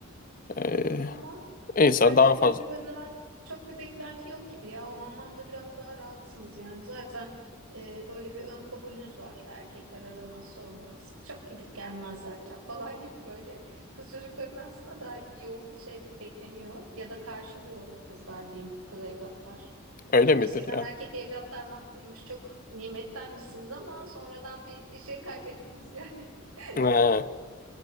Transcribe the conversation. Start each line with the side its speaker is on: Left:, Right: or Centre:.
Left: Ee,
Right: Ama
Left: insan
Right: erkek
Left: daha fazla
Right: çocuklarından çok bir beklenti yok gibi ya. O anlamda biraz daha rahatsınız yani. Zaten e, böyle bir ön kabulünüz var. Erkekler aramaz sormaz. Çok gidip gelmez zaten <laughs> falan gibi böyle. Kız çocuklarının aslında daha yoğun bir şey bekleniyor. Ya da karşılıyor kızlar diyeyim. Kız evlatlar.
Left: öyle midir
Right: Eskiden
Left: ya?
Right: erkek evlatlar makbulmuş, çok nimettenmişsiniz ama sonradan bir şey kaybettiniz yani. <laughs>
Left: Ee,